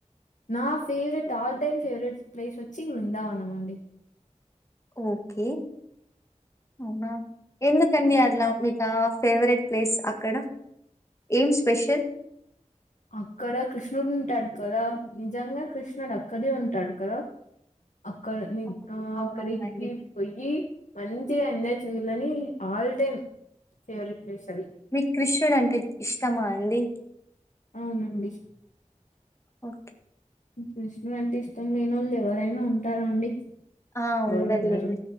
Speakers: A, on the left; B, on the left.
A: నా favourite all time favourite place వచ్చి వృందావనం అండి
B: ఓకే అవునా ఎందుకండి అట్లా మీకా ఫేవరెట్ ప్లేస్ అక్కడ ఏం స్పెషల్
A: అక్కడ కృష్ణుడు ఉంటాడు కదా నిజంగా కృష్ణుడు అక్కడే ఉంటాడు కదా అక్కడ ని
B: అవును.
A: ఆ
B: అవునవునండి.
A: అక్కడికి పోయ్యి మంచిగా ఎంజాయ్ చెయ్యాలని ఆల్ టైమ్ ఫేవరెట్ ప్లేస్ అది
B: మీకు కృష్ణుడు అంటే ఇష్టమా అండి
A: అవునండి
B: ఓకే
A: కృష్ణుడంటే ఇష్టం లేనోళ్ ఎవరైనా ఉంటారా అండి
B: ఆ ఉండదిలేదు
A: ఎవరు ఉండరు